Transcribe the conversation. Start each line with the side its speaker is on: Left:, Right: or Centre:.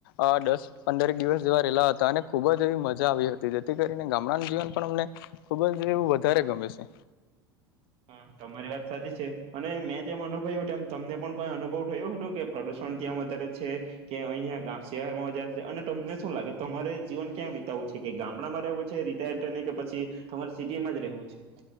Left: અ દસ પંદર દિવસ જેવા રહેેલા હતા અને ખૂબ જ એવી મજા આવી હતી. જેથી કરીને ગામડાનું જીવન પણ અમને ખુબ જ એવું વધારે ગમે છે.
Right: હા તમારી વાત સાચી છે અને મેં જેમ અનુભવ્યો એમ તમને પણ કોઈ અનુભવ થયો હતું કે પ્રદુષણ ક્યાં વધારે છે કે અહિયાં શહેર માં વધારે છે અને તમને શું લાગે તમારે જીવન ક્યાં વિતાવું છે કે ગામડામાં રહેવું છે રિટાયર થઈને કે પછી તમારે સિટી માં જ રહેવું છે?